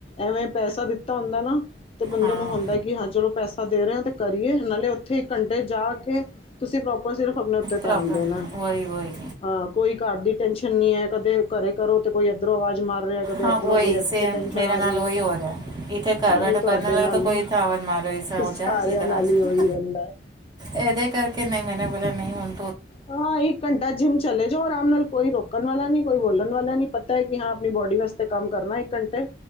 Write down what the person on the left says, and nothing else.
ਐਵੇਂ ਪੈਸਾ ਦਿੱ ਤਾ ਹੁੰਦਾ ਨਾ ਤੇ ਬੰਦੇ
ਨੂੰ ਹੁੰਦਾ ਕਿ ਹਾਂ ਚਲੋ ਪੈਸੇ ਦੇ ਰਹੇ ਹੋ ਤੇ ਕਰੀਏ ਨਾਲੇ ਉੱਥੇ ਇੱਕ ਘੰਟੇ ਜਾ ਕੇ ਤੁਸੀਂ ਪ੍ਰੋਪਰ ਤੇ ਧਿਆਨ
ਦੇਨਾ।
ਹ ਕੋਈ ਘਰ ਦੀ ਟੈਨਸ਼ਨ ਨਹੀਂ ਹੈ ਕਦੇ ਘਰੇ ਕਰੋ ਤੇ ਕੋਈ ਇੱਧਰੋਂ ਆਵਾਜ਼ ਮਾਰ ਰਿਹਾ ਕਦੇ
ਇੱਧਰੋਂ
ਕੋਈ ਇੱਥੇ
ਟੈਨਸ਼ਨ
ਆ
ਰਹੀ
ਨਹੀਂ
ਤੁਹਾਡੇ
ਨਾਲ
ਨਹੀਂ
ਸਾਰਿਆਂ
ਨਾਲ
ਹੀ ਉਹੀ ਰਹਿੰਦਾ ਹੈ,
ਹਾਂ ਇੱਕ ਘੰਟਾ ਜਿੰਮ ਚਲੇ ਜਾਓ ਆਰਾਮ ਨਾਲ ਕੋਈ ਰੋਕਣ ਵਾਲਾ ਨੀ ਕੋਈ ਬੋਲਣ ਵਾਲਾ ਨੀ ਪਤਾ। ਕਿ ਹਾਂ ਆਪਣੀ ਬੋਡੀ ਵਾਸਤੇ ਕੰਮ ਕਰਨਾ ਇੱਕ ਘੰਟੇ